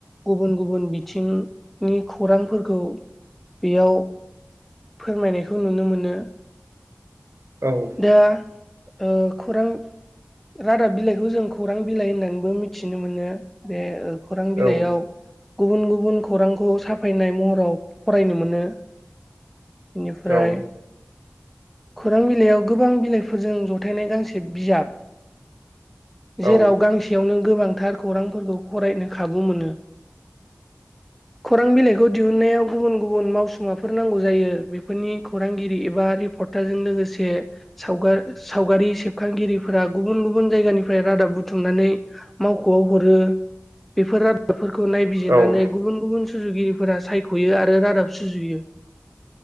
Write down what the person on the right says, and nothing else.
औ।
औ
औ
औ
औ